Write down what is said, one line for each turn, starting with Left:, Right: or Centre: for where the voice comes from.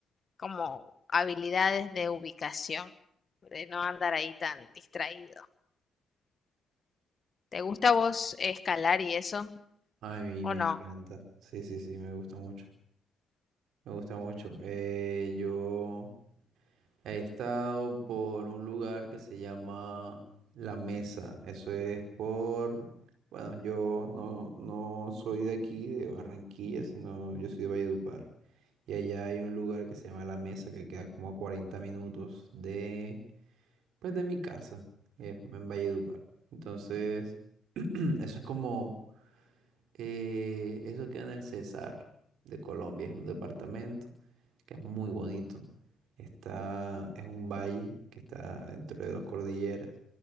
Left: como habilidades de ubicación, de no andar ahí tan distraído. ¿Te gusta a vos escalar y eso
Right: A mí
Left: o
Right: me
Left: no?
Right: encanta. Sí, sí, sí, me gusta mucho. Me gusta mucho. Eh, yo... He estado por un lugar que se llama La Mesa. Eso es por... Bueno, yo no, no soy de aquí, de Barranquilla, sino yo soy de Valledupar. Y allá hay un lugar que se llama La Mesa, que queda como a 40 minutos de, pues, de mi casa, eh, en Valledupar. Entonces, <clears throat> eso es como eh, eso queda en el Cesar de Colombia, es un departamento que es muy bonito. Está, es un valle que está entre dos cordilleras